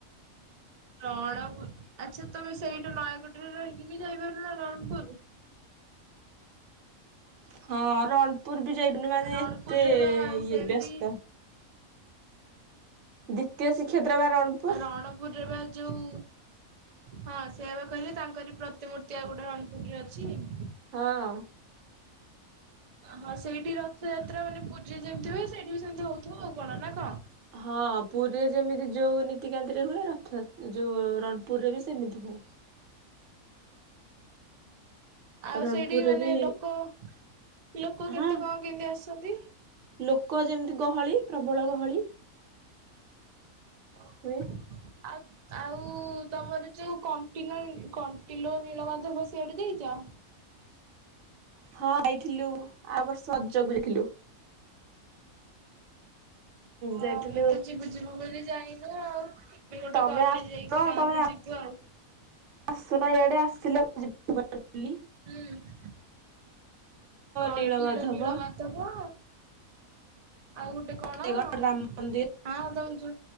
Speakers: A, on the right; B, on the right.
A: ରଣପୁର ଆଚ୍ଛା ତମେ ସେଇଠୁ ନୟାଗଡ଼ରେ ରହିକି ଯାଇପାରୁ ନା ରଣପୁର?
B: <unintelligible> ହଁ ରଣପୁର ବି ଯାଇପାନୁ ମାନେ
A: ରଣପୁରରେ
B: ଏତେ
A: ବା
B: ଇଏ
A: ସେମିତି
B: ବ୍ୟସ୍ତ ଦ୍ଵିତୀୟ ଶ୍ରୀକ୍ଷେତ୍ର ବାର ଅନ୍ତି
A: ରଣପୁରରେ ବା ଯୋଉ ହଁ ସେଇଆବା କହିଲି ତାଙ୍କରି ପ୍ରତିମୂର୍ତ୍ତି ଆଉ ଗୋଟେ ରଣପୁର ରେ ଅଛି।
B: ହଁ।
A: ହଁ ସେଇଠି ରଥଯାତ୍ରା ମାନେ ପୁରୀ ରେ ଯେମିତି ହୁଏ ସେଇଠି ବି ସେମିତି ହୋଉଥିବ ଆଉ କଣ ନା କଣ?
B: ହଁ ପୁରୀରେ ଯେମିତି ଯୋଉ ନୀତିକାନ୍ତିରେ ହୁଏ ରଥଯାତ୍ରା ଯୋଉ ରଣ ପୁରରେ ବି ସେମିତି ହୁଏ।
A: ଆଉ
B: ରଣପୁରରେ
A: ସେଇଠି ମାନେ
B: ବି
A: ଲୋକ ଲୋକ
B: ହଁ
A: କେତେ କଣ କେମତି ଆସନ୍ତି?
B: ଲୋକ ଯେମିତି ଗହଳି ପ୍ରବଳ ଗହଳି <inaudible>
A: <inaudible>
B: ହୁଏ।
A: ଆଉ ଆଉ ତମର ଯୋଉ କଣ୍ଟିନ କଣ୍ଟିଲୋ ନୀଳମାଧବ ସିଆଡେ ଯାଇଛ?
B: ହଁ ଯାଇଥିଲୁ ଆଉ ସଜକୁ ଯାଇଥିଲୁ? ଯାଇଥିଲୁ
A: ଆମେ ତ ଯିବୁ ଯିବୁ ବୋଲି ଯାଇନୁ ଆଉ ଗୋଟେ
B: ତମେ
A: ଗଲେ
B: ଆସୁନ
A: ଯଇକି ଗାଁକୁ
B: ତମେ
A: ଯିବୁ ଆଉ।
B: ଆସୁନ ଇଆଡେ ଆସିଲା <unintelligible> ବୋଲି?
A: ହୁଁ। କଣ୍ଟିଲୋ
B: ନୀଳମାଧବ
A: ନୀଳ ମାଧବ ଆଉ ଗୋଟେ କଣ
B: କେତେଗଡ଼
A: ହଁ
B: ରାମ ମନ୍ଦିର
A: ଆ <inaudible> ଧଉଛୁ